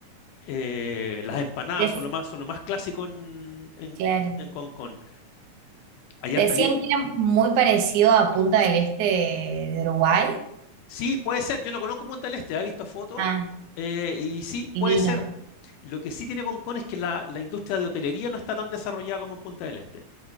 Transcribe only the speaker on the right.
Dec-
claro.
Decían
que era muy parecido a Punta del Este de, de Uruguay.
Ah,
divino.